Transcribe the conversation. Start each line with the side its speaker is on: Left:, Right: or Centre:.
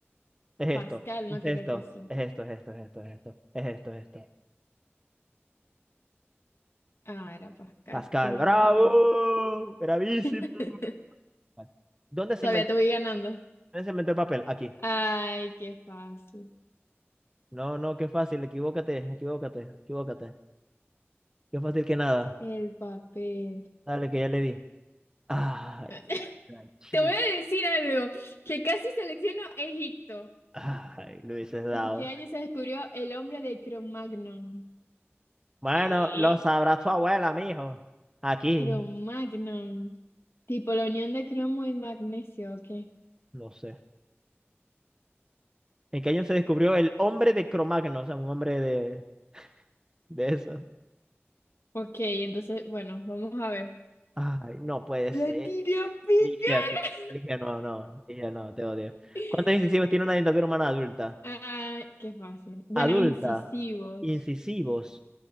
Right: Es esto,
Left: Pascal,
Right: es
Left: no creo
Right: esto,
Left: que sea.
Right: es esto, es esto, es esto, es esto, es esto, es esto.
Left: Ah, era Pascal,
Right: Pascal,
Left: qué montenga.
Right: bravo, bravísimo.
Left: <laughs>
Right: Vale. ¿Dónde se
Left: Todavía
Right: inventó,
Left: te voy ganando.
Right: dónde se inventó el papel? Aquí.
Left: Ay, qué fácil.
Right: No, no, qué fácil, equivócate, equivócate, equivócate. Qué fácil que nada.
Left: El papel.
Right: Dale, que ya le di. Ay,
Left: <laughs>
Right: la chica.
Left: Te voy a decir algo, que casi selecciono Egipto.
Right: Ay, lo hubieses dado.
Left: ¿En qué año se descubrió el hombre de Cromagnon?
Right: Bueno,
Left: ¿Qué?
Right: lo sabrá tu abuela, mijo. Aquí,
Left: Cromagnon. Tipo la unión de cromo y magnesio, ok.
Right: no sé. ¿En qué año se descubrió el hombre de Cromagno? O sea, un hombre de, de eso.
Left: Ok, entonces, bueno, vamos a ver.
Right: Ay, no puedes.
Left: La tiré a picar.
Right: Ligia, te- Ligia, no, no, Ligia, no, te odio.
Left: <laughs>
Right: ¿Cuántos incisivos tiene una dentadura humana adulta?
Left: Ah, qué fácil. Bueno,
Right: Adulta,
Left: incisivos.
Right: incisivos,